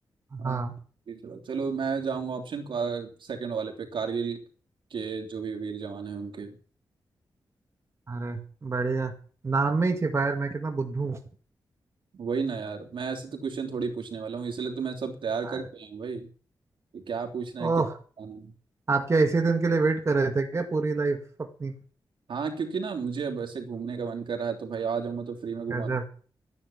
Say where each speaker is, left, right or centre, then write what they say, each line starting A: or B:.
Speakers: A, on the right; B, on the right.
A: हाँ
B: हाँ
A: तीसरा चलो मैं जाऊंगा ऑप्शन सेकंड वाले पे कारगिल के जो भी वीर जवान हैं उनके
B: अरे बढ़िया नाम में ही छिपा है यार मैं कितना बुद्धू हूँ
A: वही ना यार मैं ऐसे तो क्वेश्चन थोड़ी पूछने वाला हूँ इसलिए तो मैं सब तैयार करके
B: अरे
A: आया हूँ भाई कि क्या पूछना है
B: ओह
A: कितना आना है।
B: आप क्या इसी दिन के लिए वेट कर रहे थे क्या पूरी लाइफ अपनी
A: हाँ क्योंकि ना मुझे अब ऐसे घूमने का मन कर रहा है तो भाई आ जाऊंगा तो फ्री में घुमा
B: गजब